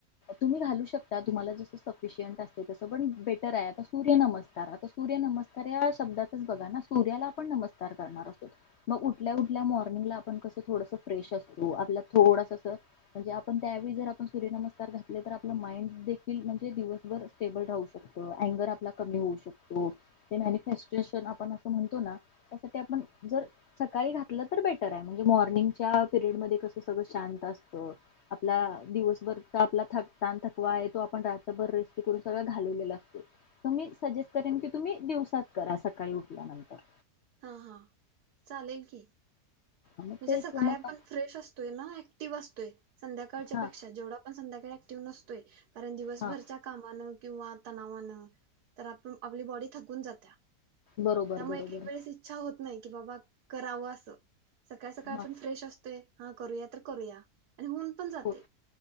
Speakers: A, on the left; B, on the right.
A: तुम्ही घाल त जस सफिशियंट असते तस पण बेटर आहे आता सूर्य नमस्कार आता सूर्य नमस्कार या शब्दातच बघा ना सूर्याला आपण नमस्कार करणार असतो मग उठल्या उठल्या मॉर्निंगला आपण कस थोडस फ्रेश असतो आपला थोडस म्हणजे आपण त्यावेळी जर आपण सूर्य नमस्कार घातला आप माइंड देखिल म्हणजे दिवसभर स्टेबल राहू शकत अँगर आपला कमी होऊ शकतो ते मनफेस्टेशन आपण अस म्हणतो ना त्यासाठी आपण जर सकाळी घातलं तर बेटर आहे म्हणजे मॉर्निंगच्या पिरयड मध्ये कस सगळ शांत असत आपला दिवसभराचा अपला थकता थकवा आहे तो आप रातभर रेस्ट करून सगळ घालवलेला असतो तर म सजेट करेन की तुम्ही दिवसात करा सकाळी उठल्यानंतर
B: हा हा चालेल की
A: मग
B: म्हणजे
A: तेच
B: सकाळी
A: मग
B: आपण फ्रेश असतोय ना ऍक्टिव्ह अस तोय संध्याकाळच्या
A: हा
B: पेक्षा जेवढं आपण संध्याका त र ॲक्टिव्ह जसतोय कारण दिवसभरच्या
A: हा
B: कामानं किंवा तणावानं तर आप आपली बॉडी थकून जाते.
A: बरोबर
B: त्यामुळे
A: बरोबर
B: एक एक वेळेस इच्छा होत नाही. की बाबा करावं अस सकाळ सकाळ आपण
A: हा
B: फ्रेश असते हा करूया तर करूया आणि होऊन पण जाते
A: हो